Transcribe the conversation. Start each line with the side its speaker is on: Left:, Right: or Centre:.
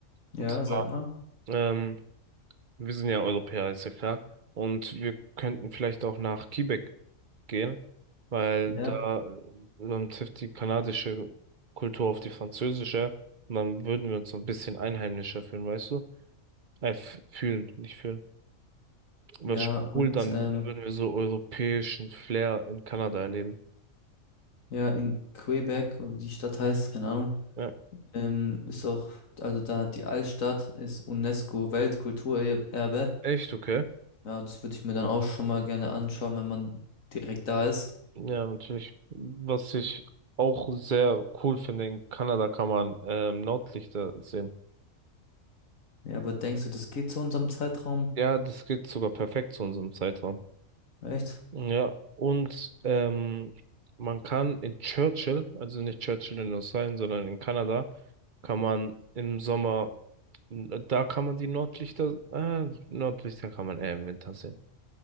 Left: Ja,
Right: Und zwar,
Left: sag mal.
Right: ähm, wir sind ja Europäer, ist ja klar. Und wir könnten vielleicht auch nach Quebec gehen, weil
Left: Ja,
Right: da ähm, trifft die kanadische Kultur auf die französische. Und dann würden wir uns so ein bisschen einheimischer fühlen, weißt du? Äh, f- fühlen, nicht fühlen. Was
Left: ja. Und
Right: cool, dann
Left: Ja. ähm,
Right: würden wir so europäischen Flair in Kanada erleben.
Left: ja, in Quebec, wie die Stadt heißt, keine Ahnung,
Right: Ja,
Left: ähm, ist auch, also da die Altstadt ist UNESCO-Weltkulturerbe.
Right: echt okay.
Left: Ja, das würde ich mir dann auch schon mal gerne anschauen, wenn man direkt da ist.
Right: Ja, natürlich. Was ich auch sehr cool finde, in Kanada kann man ähm, Nordlichter sehen.
Left: Ja, aber denkst du, das geht zu unserem Zeitraum?
Right: Ja, das geht sogar perfekt zu unserem Zeitraum.
Left: Echt?
Right: Ja, und ähm, man kann in Churchill, also nicht Churchill in Australien, sondern in Kanada, kann man im Sommer, da kann man die Nordlichter, äh, Nordlichter kann man eher im Winter sehen.